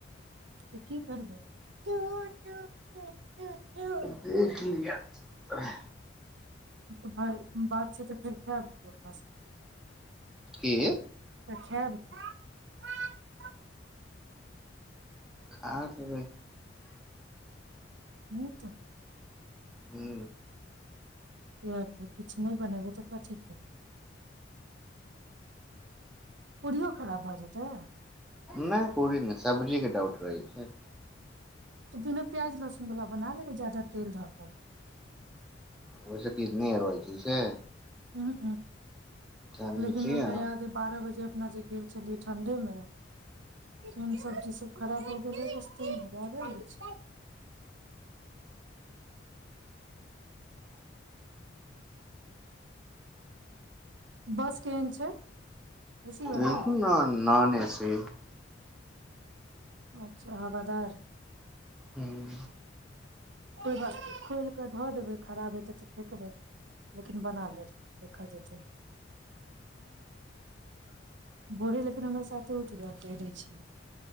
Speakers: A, on the right; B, in the centre.
A: तऽ की करबै टूट टूट टूट टूट टूट।
B: देख लिय अह
A: तऽ भई बात छै तऽ फेर खैब की अपना सब
B: की
A: तऽ खैब की पापा
B: खा लेबै
A: ह तऽ
B: हू
A: किएकि किछु नहि बनेबै तऽ कथी खेबै पूरियो खराब भऽ जेतै
B: नइ पूरी नइ सब्जी के डाउट होइ य फेन
A: तऽ बिना प्याज लहसुन वला बना लेबै ज्यादा तेल धऽ कऽ
B: ओैइ सँ कितनी रहै छै से
A: उंहू उंहू
B: समझ
A: लेकिन
B: छियै।
A: हमरा याद अय बारह बजे अपना जे गेल छलियै ठण्ढेमे केहन सब्जी सभ खराब भऽ गेलै रस्तेमे यादे अछि बस केहन छै एसी वाला
B: देखु नऽ नन एसी
A: अच्छा हवादार
B: हूँ
A: कोइ बात नहि खोलि कऽ धऽ देबै खराब हेतै तऽ फेकबै लेकिन बना लेब देखल जेतै बोरे लेकिन हमरा साथे <inaudible> छियै